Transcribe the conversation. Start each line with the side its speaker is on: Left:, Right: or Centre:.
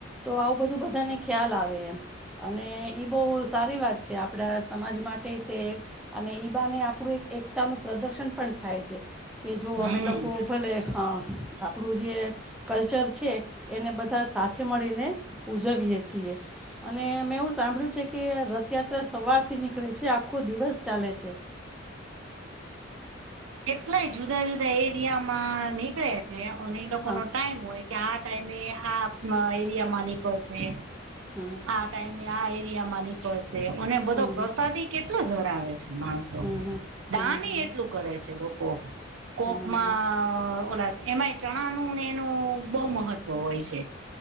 Centre: તો આવું બધું બધાને ખ્યાલ આવે એમ અને ઈ બહુ સારી વાત છે આપડા સમાજ માટે તે અને ઈબા ને આપણું એક એકતાનું પ્રદર્શન પણ થાય છે કે જો
Right: હમ
Centre: અમે લોકો ભલે હા આપ આપણું જે કલ્ચર છે એને બધા સાથે મળીને ઉજવીએ છીએ અને મેં એવું સાંભળ્યું છે કે રથયાત્રા સવારથી નીકળે છે આખો દિવસ ચાલે છે
Right: કેટલાય જુદા જુદા એરિયા માં ની છે અને એ લોકો
Centre: હા
Right: ન ટાઈમ હોય કે આ ટાઈમે આ એરિયા માં નીકળશે
Centre: હા
Right: આ ટાઈમે આ એરિયા માંની અને બધો
Centre: હમ
Right: પ્રસાદ
Centre: હમ
Right: કેટલો ધરાવે છે માણસો
Centre: હમ હમ
Right: દાન
Centre: હમ હમ
Right: એટલું કરે છે લોકો કોકમાં
Centre: હમ
Right: ઓલાદ એમાંય ચણાનુંને એનું બહુ મહત્વ હોય છે